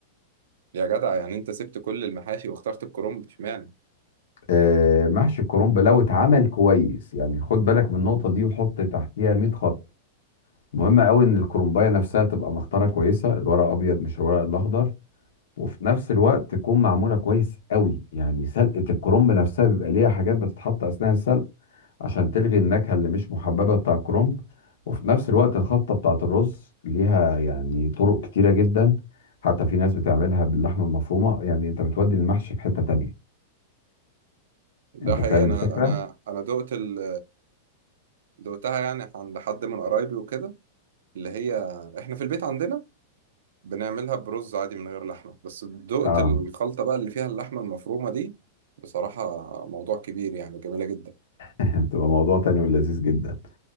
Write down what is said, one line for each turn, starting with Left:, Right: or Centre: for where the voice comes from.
Right: يا جدع يعني انت سبت كل المحاشي واخترت الكرنب اشمعنى
Left: آه، محشي الكرنب لو اتعمل كويس يعني خد بالك من النقطة دي وحط تحتيها 100 خط مهم قوي ان الكرومبايه نفسها تبقى مختاره كويسه الورق الابيض مش الورق الاخضر وفي نفس الوقت تكون معموله كويس قوي يعني سلقه الكرنب نفسها بيبقى ليها حاجات بتتحط اثناء السلق عشان تلغي النكهه اللي مش محببه بتاع الكرنب وفي نفس الوقت الخلطه بتاعه الرز ليها يعني طرق كتيره جدا حتى في ناس بتعملها باللحمه المفرومه يعني انت بتودي المحشي في حته تانية
Right: ده
Left: انت
Right: حقيقي
Left: فاهم
Right: انا
Left: الفكره
Right: انا انا دقت ال دقتها يعني عند حد من قرايبي وكده اللي هي احنا في البيت عندنا بنعملها برز عادي من غير لحمه بس دقت
Left: اه
Right: الخلطه بقى اللي فيها اللحمه المفرومه دي بصراحه موضوع كبير يعني جميله جدا
Left: <laughs> بتبقى موضوع تاني ولذيذ جدا